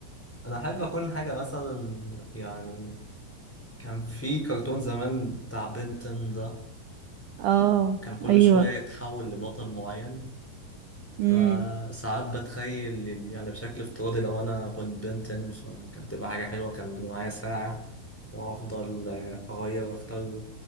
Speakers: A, in the centre; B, on the right.
A: أنا أحب أكون حاجة مثلا يعني كان في كرتون زمان بتاع بنتن ده
B: اه
A: كان كل
B: ايوه
A: شوية يتحول لبطل معين
B: امم
A: فساعات بتخيل يعني بشكل افتراضي لو أنا كنت بنتن فكانت تبقى حاجة حلوة كان بيبقى معايا ساعة وأفضل آه، أغير أختار